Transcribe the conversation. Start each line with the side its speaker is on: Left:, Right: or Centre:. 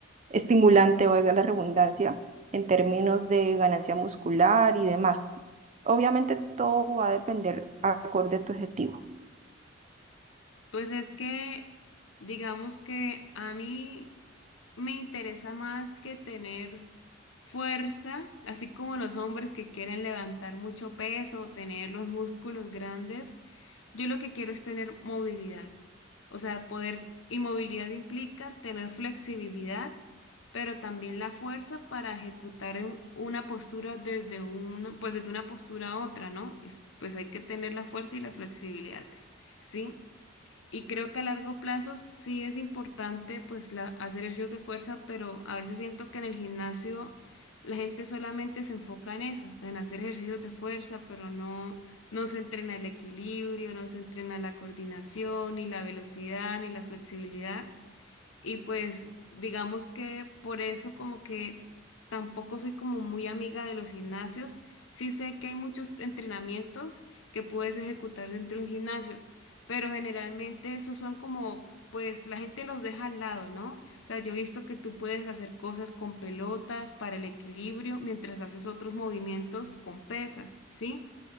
Right: estimulante, valga la redundancia, en términos de ganancia muscular y demás. Obviamente todo va a depender acorde a tu objetivo.
Left: Pues es que, digamos que a mí... me interesa más que tener fuerza, así como los hombres que quieren levantar mucho peso o tener los músculos grandes. Yo lo que quiero es tener movilidad. O sea, poder y movilidad implica tener flexibilidad, pero también la fuerza para ejecutar un- una postura desde una, pues desde una postura a otra, ¿no? Es- pues hay que tener la fuerza y la flexibilidad. ¿Sí? Y creo que a largo plazo sí es importante pues la, hacer ejercicios de fuerza, pero a veces siento que en el gimnasio la gente solamente se enfoca en eso, en hacer ejercicios de fuerza, pero no, no se entrena el equilibrio, no se entrena la coordinación, ni la velocidad, ni la flexibilidad. Y pues digamos que por eso como que tampoco soy como muy amiga de los gimnasios. Sí sé que hay muchos entrenamientos que puedes ejecutar dentro de un gimnasio, pero generalmente esos son como, pues la gente los deja al lado, ¿no? O sea, yo he visto que tú puedes hacer cosas con pelotas para el equilibrio mientras haces otros movimientos con pesas, ¿sí?